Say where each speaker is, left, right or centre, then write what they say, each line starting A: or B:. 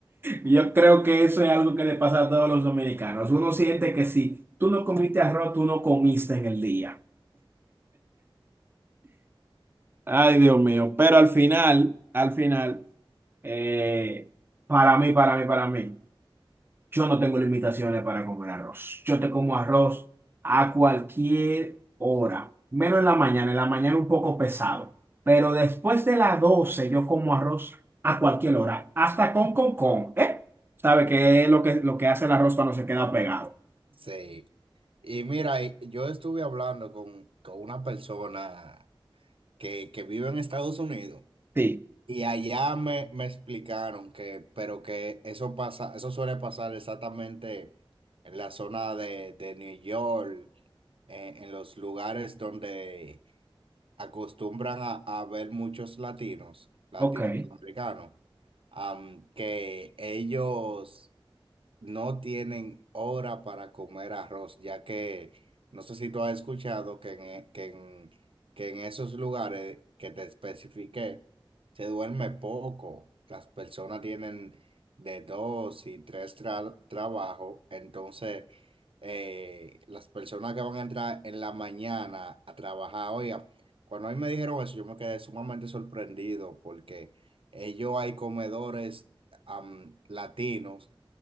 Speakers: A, on the right (about 25°); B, on the right (about 75°).
A: Yo creo que eso es algo que le pasa a todos los dominicanos. Uno siente que si tú no comiste arroz, tú no comiste en el día. Ay, Dios mío. Pero al final, al final, eh, para mí, para mí, para mí, yo no tengo limitaciones para comer arroz. Yo te como arroz a cualquier hora, menos en la mañana. En la mañana un poco pesado. Pero después de las 12 yo como arroz a cualquier hora, hasta con con con, ¿eh? ¿Sabe qué es lo que, lo que hace el arroz cuando se queda pegado?
B: Sí. Y mira, y yo estuve hablando con, con una persona que, que vive en Estados Unidos.
A: Sí.
B: Y allá me, me explicaron que, pero que eso pasa, eso suele pasar exactamente en la zona de, de New York, en, en los lugares donde acostumbran a, a ver muchos latinos, latinoamericanos,
A: Ok. A
B: am, que ellos no tienen hora para comer arroz, ya que no sé si tú has escuchado que en, e- que en, que en esos lugares que te especifiqué se duerme poco. Las personas tienen de dos y tres tra- trabajos, entonces eh, las personas que van a entrar en la mañana a trabajar, oiga, cuando a mí me dijeron eso, yo me quedé sumamente sorprendido porque ellos hay comedores am, latinos